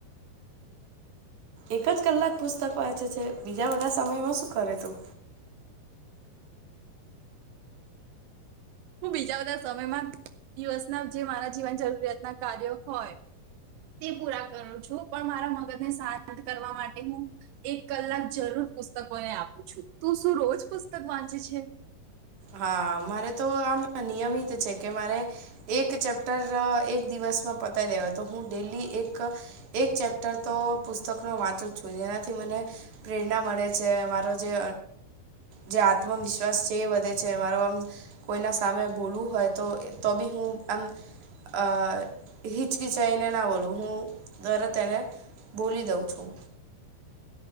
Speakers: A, on the right; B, on the right.
A: એક જ કલાક પુસ્તક વાંચે છે? બીજા બધા સમયમાં શું કરે તું?
B: હું બીજા બધા સમયમાં દિવસના જે મારા જીવન જરૂરિયાતના કાર્ય હોય. તે પૂરા કરું છું. પણ મારા મગજને શાંત કરવા માટે હું એક કલાક જરૂર પુસ્તકોને આપું છું. તું શું રોજ પુસ્તક વાંચે છે?
A: હા મારે તો આમ નિયમિત છે કે મારે એક ચેપ્ટર એક દિવસમાં પતાવી દેવા. તો હું ડેલી એક એક ચેપ્ટર તો પુસ્તકનો વાચું જ છું. જેનાથી મને પ્રેરણા મળે છે. મારો જે જે આત્મવિશ્વાસ છે એ વધે છે. મારો આમ કોઈના સામે બોલવું હોય તો તો બી હું આમ અ હિચકિચાઈને ના બોલું હું તરત એને બોલી દઉં છું.